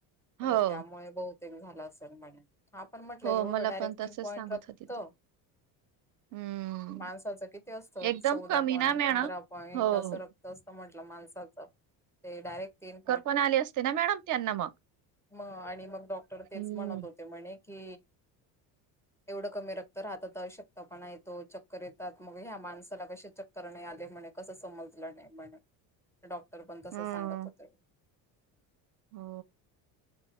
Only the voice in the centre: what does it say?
तर
त्यामुळे बहुतेक झालं असेल म्हणे आपण म्हटलं
एवढं
डायरेक्ट
तिन पॉइंट
रघतो
माणसाचं किती असतं
चौदा
पॉईंट
पंधरा पॉईंट
असं रक्त असतं म्हंटलं माणस ते डायरेक्ट तीन
म आणि मग डॉक्टर
तेच म्हणत होते म्हणे की एवढं कमी रक्त हातात आवश्यकता पणा येतो चक्कर येतात मग ह्या माणसाला कसे चक्कर नाही आले म्हण कस समज नाही डॉक्टर पण तस
सांगत होते